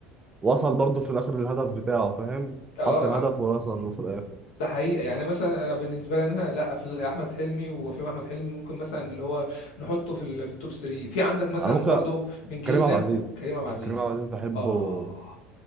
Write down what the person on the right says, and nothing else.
وصل برضه في الاخر للهدف بتاعه فاهم
حط الهدف ووصل له في الاخر
انا ممكن
كريم عبد العزيز
كريم عبد العزيز بحبه